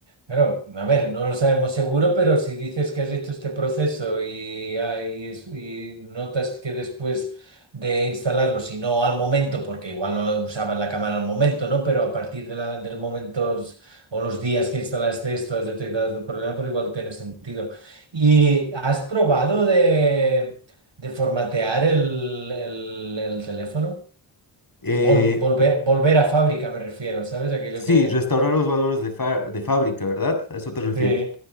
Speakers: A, on the right; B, on the left.
A: Claro, a ver, no lo sabemos seguro, pero si dices que has hecho este proceso y, ah, y es- y notas que después de instalarlo, si no al momento, porque igual no usabas la cámara al momento, ¿no? Pero a partir de la- del momento s- o los días que instalaste esto, has detectado tu problema, pues igual tiene sentido. ¿Y has probado de, de formatear el el- el teléfono?
B: Eh,
A: Vol- volver, volver a fábrica me refiero, ¿sabes? Aquello
B: sí,
A: que...
B: restaurar los valores de, fa- de fábrica, ¿verdad? ¿A eso te refieres?
A: Sí,